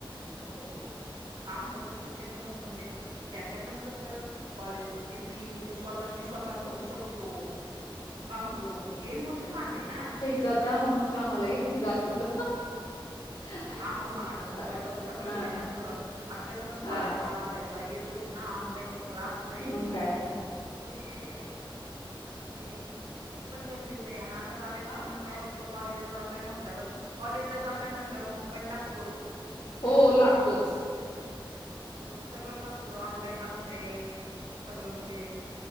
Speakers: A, on the right; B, on the left.
A: हो. काम करून शिक्षण करणं म्हणजे त्याच्या पण कसं. कॉलेजची फी तो स्वतःची स्वतः भरू शकतो. काम करून हे मोठं काम आहे ना
B: जात
A: मोठं
B: म्हणून कामालाे जात होत. आयफोन
A: हा मग
B: घ्यायचा
A: आता मोबाईल व सगळंच
B: हा
A: आहे ना ग अभ्यास पण कॉलेजचा
B: हा
A: त्या येतोच ना ऑनलाईन सगळं असतय.
B: मग काय
A: त्याच्यामुळे ते अ ते घेणं पण गरजेचं आहे आणि आ आता बारावीच्या
B: हा
A: नंतर आता तो कॉलेजला जातोय म्हटल्यावर कॉलेजला जातोय म्हटल्यावर मोबाईल लागतोच.
B: हो लागतोच.
A: हो सगळंच असत ऑनलाईन असते. सगळं म्हणजे